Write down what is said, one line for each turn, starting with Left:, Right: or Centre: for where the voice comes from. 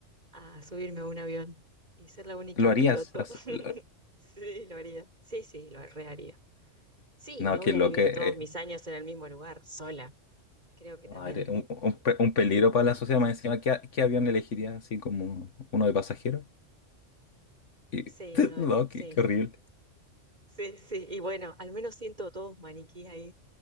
Right: a subirme a un avión y ser la única
Left: ¿Lo
Right: piloto.
Left: harías? As-
Right: <laughs>
Left: lo-
Right: Sí, lo haría. Sí, sí, lo reharía. Sí,
Left: No,
Right: no
Left: que
Right: voy
Left: lo
Right: a vivir
Left: que...
Right: todos mis
Left: eh,
Right: años en el mismo lugar, sola. Creo que
Left: madre,
Right: también.
Left: un, un pe- un peligro para la sociedad más encima. ¿Qué, a- qué avión elegirías así como uno de pasajero? Y,
Right: Sí,
Left: <laughs>
Right: uno de...
Left: no,
Right: Sí,
Left: qué, qué horrible.
Right: sí, sí. Y bueno, al menos siento todos maniquíes ahí.